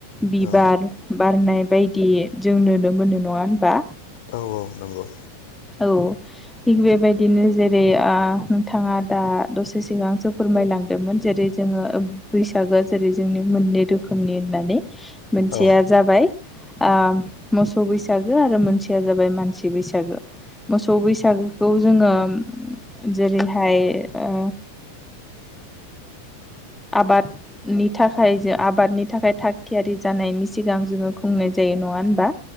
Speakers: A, in the centre; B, on the left (about 50°).
A: बिबार
B: औ
A: बारनाय बायदि जों नुनो मोनो नङा होनबा
B: औ औ नंगौ
A: औ थिग बेबायदिनो जेरै आ नोंथाङा दा दसे सिगांसो फोरमायलां लांदोंमोन जेरै जोङो बैसागोआ जेरै जोंनि मोननै रोखोमनि होननानै मोनसेया
B: औ
A: जाबाय आ मोसौ बैसागो आरो मोनसेया जाबाय मानसि बैसागो मोसौ बैसागोखौ जोङो उम जेरैहाय ओ आबादनि थाखाय जो आबादनि थाखाय थाग थियारि जानायनि सिगां जोङो खुंनाय जायो यो नङा होनबा